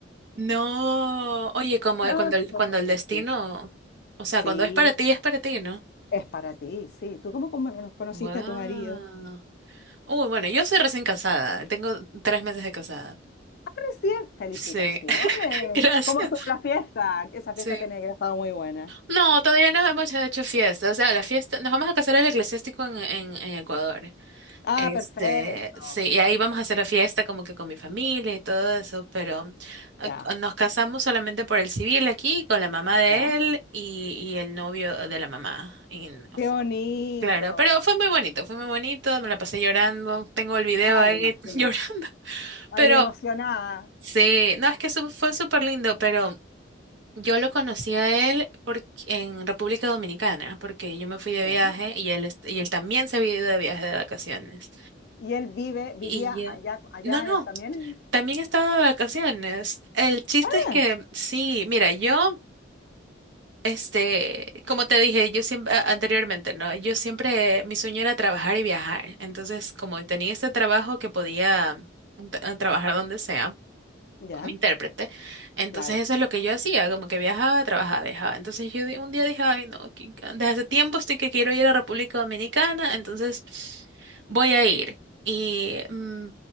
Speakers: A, on the right (about 70°); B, on the left (about 55°).
A: No, oye, como
B: No,
A: cuando
B: sí
A: el,
B: fue
A: cuando
B: muy
A: el
B: divertido.
A: destino, o sea,
B: Sí,
A: cuando es para ti, es para ti, ¿no?
B: Es para ti, sí. ¿Tú cómo, cómo no conociste
A: Wow.
B: a tu marido?
A: Uy, bueno, yo soy recién casada, tengo tres meses de casada.
B: Recién. Felicitaciones.
A: Sí, <laughs>
B: ¿Cómo
A: gracias.
B: estuvo la fiesta? Esa
A: Sí.
B: fiesta tenía que haber estado muy buena.
A: No, todavía no hemos hecho fiesta, o sea, la fiesta, nos vamos a casar el eclesiástico en, en, en Ecuador.
B: Ah,
A: Este,
B: perfecto.
A: sí, y ahí vamos a hacer la fiesta como que con mi familia y todo eso, pero ah,
B: Ya,
A: ah, nos casamos solamente por el civil aquí, con la mamá de
B: ya.
A: él y, y el novio de la mamá. Y no
B: Qué
A: fu-
B: bonito.
A: claro, pero fue muy bonito, fue muy bonito, me la pasé llorando, tengo el video
B: Ay,
A: ahí
B: me imagino.
A: <laughs> llorando,
B: Ay,
A: pero
B: emocionada.
A: sí, no, es que su- fue súper lindo, pero yo lo conocí a él por- en República Dominicana, porque yo me fui de
B: Ya.
A: viaje y él, est- y él también se había ido de viaje de vacaciones.
B: Y él vive, vivía
A: Y ya.
B: allá, allá
A: No, no.
B: en- también. en-
A: También estaba de vacaciones. El chiste
B: Ah,
A: es que sí, mira, yo, este, como te dije, yo siempre a- anteriormente, ¿no? Yo siempre, mi sueño era trabajar y viajar. Entonces, como tenía este trabajo que podía mm, tra- trabajar donde sea
B: ya,
A: como intérprete. Entonces
B: claro.
A: eso es lo que yo hacía, como que viajaba, trabajaba, viajaba. Entonces yo di- un día dije, ay, no, que- desde hace tiempo estoy que quiero ir a República Dominicana, entonces voy a ir. Y mm,